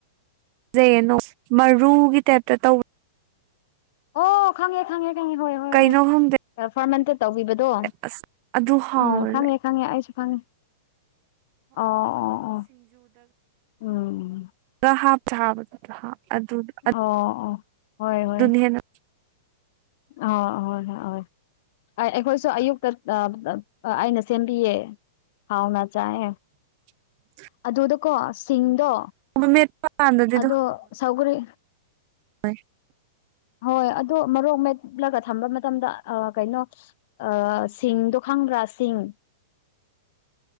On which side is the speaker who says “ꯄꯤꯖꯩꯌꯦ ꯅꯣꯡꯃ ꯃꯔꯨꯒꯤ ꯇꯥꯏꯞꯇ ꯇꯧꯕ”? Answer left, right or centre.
Right